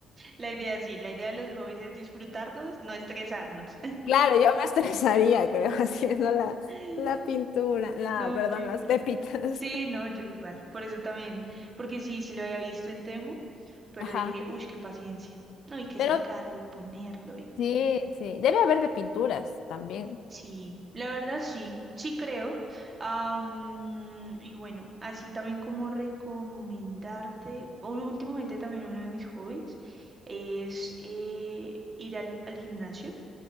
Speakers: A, on the right; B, on the left.
A: La idea sí, la idea de los hobbies es disfrutarlos, no estresarnos.
B: Claro, yo me estresaría, creo, <laughs> haciendo la,
A: <laughs>
B: la pintura, la,
A: No,
B: perdón,
A: yo igual.
B: las pepitas.
A: Sí, no, yo igual. Por eso también, porque sí, sí lo había visto en Temu, pero
B: <laughs> Ajá.
A: dije, uy, qué paciencia. No hay que
B: Pero
A: sacarlo y ponerlo y...
B: sí,
A: mm,
B: sí, debe haber de pinturas también.
A: Sí, la verdad sí, sí creo. Am, y bueno, así también como recomendarte, un- últimamente también uno de mis hobbies es eh, ir al, al gimnasio,